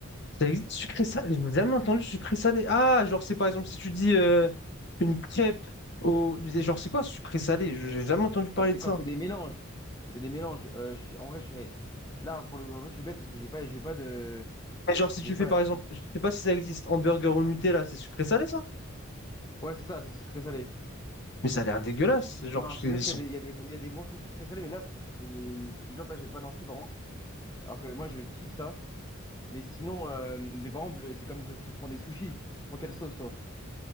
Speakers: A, on the left (about 55°); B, on the left (about 20°).
A: Ça existe sucré salé, j'ai jamais entendu sucré salé. Ah, genre, c'est par exemple si tu dis euh, une crêpe au. Genre, c'est quoi sucré salé? Je- J'ai jamais entendu parler
B: Euh, C'est
A: de
B: quand
A: ça.
B: c'est des mélanges. C'est des mélanges. Euh, je suis- En vrai, je serais... Là, pour le coup, en fait, je suis bête parce que j'ai pas, j'ai pas de...
A: Mais genre, si
B: J'ai
A: tu
B: pas...
A: fais par exemple, je sais pas si ça existe, hamburger au Nutella, c'est sucré salé ça?
B: Ouais, c'est ça, ça c'est sucré-salé.
A: Mais ça a l'air dégueulasse, genre,
B: Non, je
A: ils
B: te jure qu'il y a des, il y a des, il y a des bons trucs sucré-salé, mais là, c'est... Je te jure que là, j'ai pas d'inspi, par contre. Alors que moi, je kiffe ça. Mais sinon, euh, mais par exemple, c'est comme quand tu prends des sushis. Tu prends quelle sauce, toi?